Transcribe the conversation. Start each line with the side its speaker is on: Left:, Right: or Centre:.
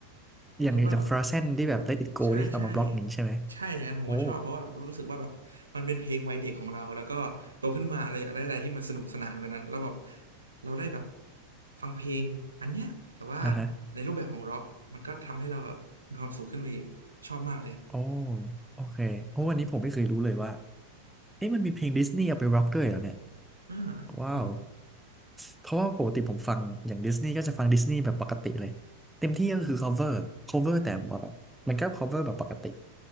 Right: ผมคิดว่าแบบ
Centre: อย่างอย่างฟราเซนที่แบบ Let It Go
Right: ใช่ใช่
Centre: นี่เอามาบล็อกอย่างนี้ใช่ไหม
Right: ใช่อย่างนั้นผมก็ชอบเพราะว่ารู้สึกว่าแบบมันเป็นเพลงวัยเด็กของเราแล้วก็โตขึ้นมาเราอยากได้อะไรที่มันสนุกสนานกว่านั้นแล้วแบบ
Centre: โอ้
Right: เราได้แบบฟังเพลงอันเนี้ยแต่ว่า
Centre: อ่าฮะ
Right: ในรูปแบบของร็อกมันก็ทำให้เราแบบมีความสุขขึ้นไปอีกชอบมากเลย
Centre: โอ้โอเคโอ้วันนี้ผมไม่เคยรู้เลยว่าเอ๊ะมันมีเพลงดิสนีย์เอาไปร็อกด้วยเหรอเนี่ย
Right: อ่า
Centre: ว้าว
Right: ครับ
Centre: เพราะว่าปกติผมฟังอย่างดิสนีย์ก็จะฟังดิสนีย์แบบปกติเลยเต็มที่ก็คือ cover cover แต่ว่าแบบมันก็ cover แบบปกติ